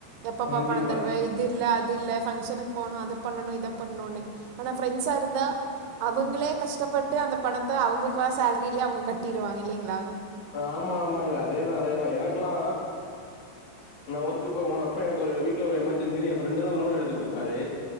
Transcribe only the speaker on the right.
எப்ப
பா பணந் தருவ இது இல்ல அது அது இல்ல பங்கஷனுக் போனு அத பண்ணணு இத பண்ணுனு ஆனா பிரெண்ட்ஸா இருந்தா அவங்களே கஷ்டப் பட்டு அந்த பணத்த அவங்ளுக்கு வர சேல்ரிலியே அவுங்க கட்டிடுவாங்க இல்லைங்ளா